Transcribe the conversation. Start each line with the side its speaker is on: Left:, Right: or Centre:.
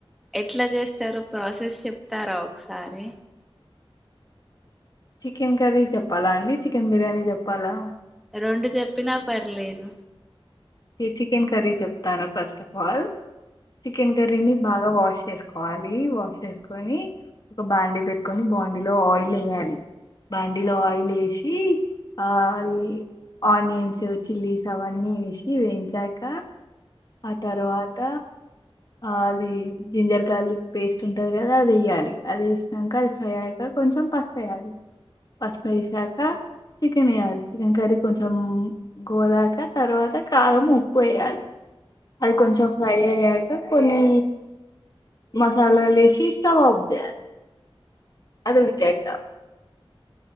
Centre: ఎట్లా చేస్తారో ప్రాసెస్ చెప్తారా ఒకసారి
Left: చికెన్ కర్రీ చెప్పాలా అండి చికెన్ బిర్యానీ చెప్పాలా
Centre: రెండు చెప్పినా పర్లేదు
Left: చికెన్ కర్రీ చెప్తాను ఫస్ట్ ఆఫ్ ఆల్ చికెన్ కర్రీని బాగా వాష్ చేసుకోవాలి వాష్ చేసుకొని ఒక బాండీ పెట్టుకొని బాండీలో ఆయిల్ వెయ్యాలి బాండీలో ఆయిల్ వేసి ఆది ఆనియన్స్, చిల్లీస్, అవన్నీ వేసి వేయించాక ఆ తర్వాత అది జింజర్ గార్లిక్ పేస్ట్ ఉంటాది కదా అది వేయ్యాలి అది వేసినంక అది ఫ్రై అయ్యాక కొంచం పసుపు వేయాలి పసుపు వేసినక చికెన్ వేయ్యాలి చికెన్ కర్రీ కొంచం పోలాక తర్వాత కారం, ఉప్పు వేయాలి అది కొంచం ఫ్రై అయ్యాక కొన్ని మా సాల లు వేసి స్టవ్ ఆఫ్ చేయాలి అది ఉడికాక